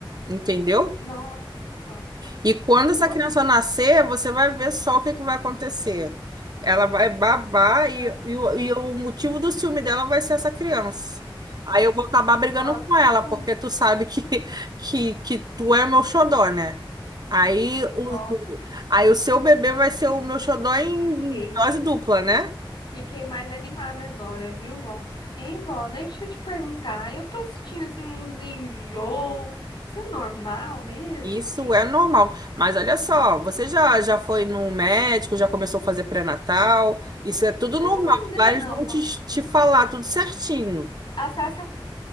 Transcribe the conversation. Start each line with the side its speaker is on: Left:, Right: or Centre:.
Right: Entendeu?
Left: Nossa, vó.
Right: E quando essa
Left: Ô,
Right: criança nascer, você vai ver só o que que vai acontecer. Ela vai babar e,
Left: nossa,
Right: e, o e o motivo do ciúme dela vai ser essa criança. Aí eu vou acabar brigando
Left: nossa,
Right: com ela,
Left: como?
Right: porque tu sabe que, <laughs> que, que tu é meu xodó, né? Aí
Left: Sim,
Right: o,
Left: vó.
Right: aí o seu bebê vai ser o meu xodó em
Left: Fiquei.
Right: dose dupla, né?
Left: Fiquei mais animada agora, viu, vó? Hein, vó, deixa eu te perguntar. Eu tô sentindo assim uns enjoo. Isso é normal mesmo?
Right: Isso
Left: Porque
Right: é normal. Mas olha só, você já, já foi num médico, já começou a fazer pré-natal? Isso é tudo
Left: não,
Right: normal.
Left: ainda
Right: Lá eles
Left: não,
Right: vão
Left: vó.
Right: te, te falar tudo certinho.
Left: A Sá sabe